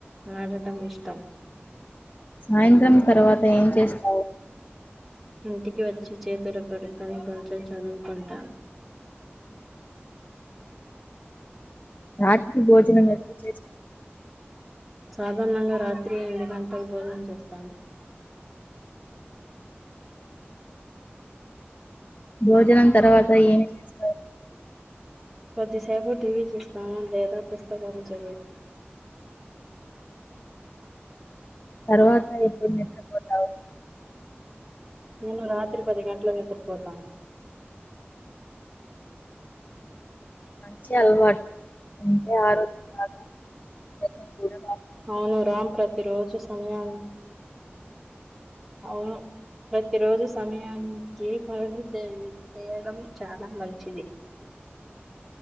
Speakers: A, in the centre; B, on the left.
A: ఆడటం ఇష్టం.
B: సాయంత్రం తర్వాత ఏం చేస్తావు.
A: ఇంటికి వచ్చి చేతులు కడుక్కోని కొంచెం చదువుకుంటా
B: రాత్రి భోజనం ఏ చే
A: సాధారణంగా రాత్రి ఎనిమిది గంటలు భోజనం చేస్తాము.
B: భోజనం తర్వాత ఏమి చేస్తారు.
A: కొద్దిసేపు టీవీ చూస్తాము లేదా పుస్తకాలు చదువుతాము.
B: తర్వాత ఎప్పుడు నిద్రపోతావు
A: నేను రాత్రి పది గంటలు పోతాను.
B: మంచి అలవాటు ఇంటే ఆరోగ్య బాగా <unintelligible>
A: అవును రామ్ ప్రతి రోజు సమయాన్ని అవును ప్రతిరోజు సమయానికి పనులు చే చేయడం చాలా మంచిది.